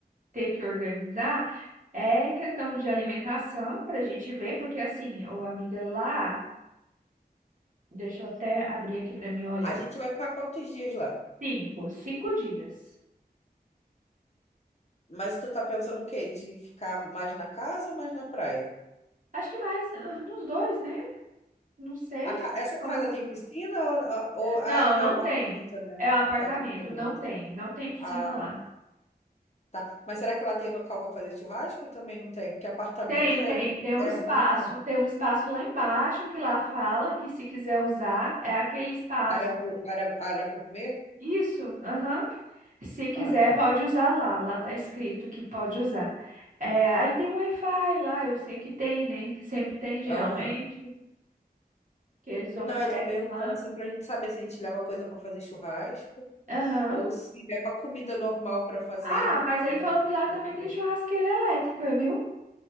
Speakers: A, on the right (about 55°); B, on the left (about 40°).
A: ter que organizar? É questão de alimentação para a gente ver, porque assim, ô amiga, lá, deixa eu até abrir aqui para mim olhar.
B: A gente vai ficar quantos dias lá?
A: Cinco, cinco dias.
B: Mas tu tá pensando o quê? De ficar mais na casa ou mais na praia?
A: Acho que mais ah, nos dois, né? Não sei.
B: A ca- Essa casa
A: Come-
B: tem piscina ou, ou- Ah,
A: Não,
B: não,
A: não
B: é apartamento,
A: tem.
B: né?
A: É um apartamento,
B: É apartamento.
A: não tem, não tem piscina
B: Ah,
A: lá.
B: tá. Mas será que ela tem local para fazer churrasco? Também não tem, porque apartamento
A: Tem,
B: é,
A: tem, tem um
B: é
A: espaço,
B: ruim, né?
A: tem um espaço lá embaixo que lá fala que se quiser usar, é aquele espaço.
B: Área, gu- área, área gourmet?
A: Isso, aham. Se quiser,
B: Ah, tá.
A: pode usar lá. Lá tá escrito que pode usar. É, aí tem Wi-Fi lá, eu sei que tem, né? Sempre tem, geralmente,
B: Aham.
A: que eles oferecem
B: Não, eu tô perguntando
A: lá.
B: assim pra gente saber se a gente leva coisa para fazer churrasco
A: Aham.
B: ou se leva comida normal para fazer,
A: Ah, mas ele falou que lá
B: para
A: também
B: comer.
A: tem churrasqueira elétrica, viu?